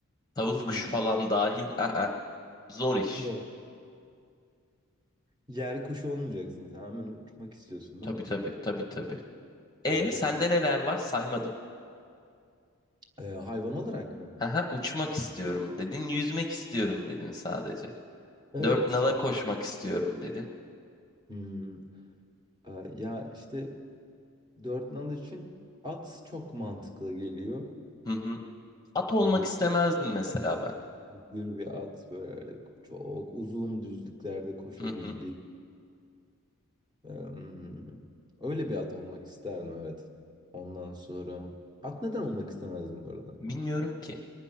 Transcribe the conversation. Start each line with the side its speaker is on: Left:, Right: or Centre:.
Left: Tavus
Right: Hmm.
Left: kuşu falan dahil. Aa, zor iş.
Right: Yok. Yer kuşu olmayacaksın. Sen hemen uçmak istiyorsun
Left: Tabii
Right: değil mi?
Left: tabii tabii tabii. E
Right: Haklısın.
Left: sende neler var? Saymadın.
Right: Ee, hayvan olarak mı?
Left: Haha, uçmak istiyorum dedin. Yüzmek istiyorum dedin sadece.
Right: Evet.
Left: Dört nala
Right: Ya,
Left: koşmak istiyorum dedin.
Right: Hmm. Ee, ya işte dört nal için at çok mantıklı geliyor.
Left: Hı hı. At olmak
Right: Ama böyle
Left: istemezdim mesela ben.
Right: yürü bir at böyle çok uzun düzlüklerde koşabildiği.
Left: Hı hı.
Right: Ee, hmm, öyle bir at olmak isterdim evet. Ondan sonra at neden olmak istemezdim bu arada?
Left: Bilmiyorum ki.